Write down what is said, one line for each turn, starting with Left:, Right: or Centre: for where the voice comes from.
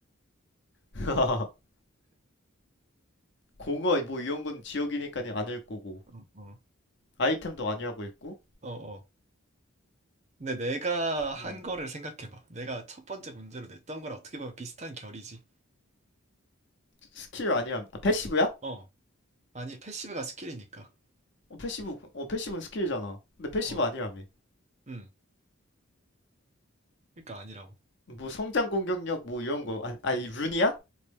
Left: <laughs> 공어 뭐 이런 건 지역이니까 아닐 거고
Right: 어, 어.
Left: 아이템도 아니라고 했고
Right: 어, 어. 근데 내가 한
Left: 음.
Right: 거를 생각해봐. 내가 첫 번째 문제로 냈던 거랑 어떻게 보면 비슷한 결이지.
Left: 스킬 아니야 아, 패시브야?
Right: 어, 아니, 패시브가 스킬이니까.
Left: 어 패시브 어 패시브는 스킬이잖아 근데 패시브
Right: 어,
Left: 아니라며
Right: 음, 그러니까 아니라고.
Left: 뭐 성장 공격력 뭐 이런 거 아니 아니 룬이야?